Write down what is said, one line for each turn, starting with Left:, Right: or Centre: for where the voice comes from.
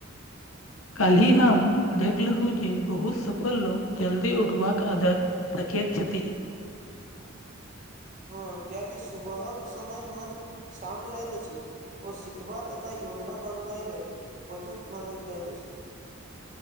Left: काल्हि हम देखलहुँ जे बहुत सफल लो जल्दी उठबाक आदत रकेेतत
Right: हँ कियकि सुबहक समय मन शान्त रहै अछि ओ सिखबा तथा योजना बनबै लेल उपयुक्त मानल जाइत अछि